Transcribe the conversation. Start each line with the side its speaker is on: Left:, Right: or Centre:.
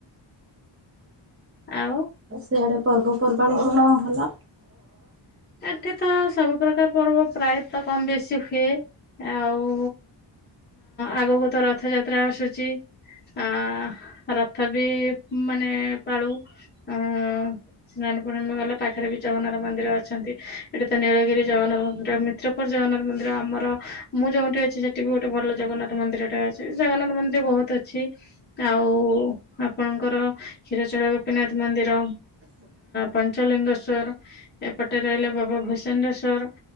Left: ଆଉ?
Right: ସେଆଡେ ପର୍ବପର୍ବାଣି କଣ ଭଲ?
Left: ଏଠି ତ ସବୁ ପ୍ରକାର ପର୍ବ ପ୍ରାୟତଃ କମ ବେଶୀ ହୁଏ। ଆଉ ଆଗକୁ ତ ରଥଯାତ୍ରା ଆସୁଛି। ଆ ରଥ ବି ମାନେ ପାଳୁ ଅ <unintelligible> ପୂର୍ଣ୍ଣମୀ ଗଲେ ପାଖରେ ବି ଜଗନ୍ନାଥ ମନ୍ଦିର ଅଛନ୍ତି ଏଠି ତ ନୀଳଗିରି ଜଗନ୍ନାଥ ମନ୍ଦିର। ମିତ୍ରପୁର ଜଗନ୍ନାଥ ମନ୍ଦିର ଆମର ମୁଁ ଯୋଉ ଅଛି ସେଠି ବି ଗୋଟେ ଭଲ ଜଗନ୍ନାଥ ମନ୍ଦିର ଟା ଅଛି ଜଗନ୍ନାଥ ମନ୍ଦିର ବହୁତ ଅଛି ଆଉ ଆପଣଙ୍କର କ୍ଷୀରଚୋରା ଗୋପୀନାଥ ମନ୍ଦିର ପଞ୍ଚଲିଙ୍ଗେଶ୍ଵର ଏପଟେ ରହିଲେ ବାବା ଭୂଷଣ୍ଡସ୍ୱର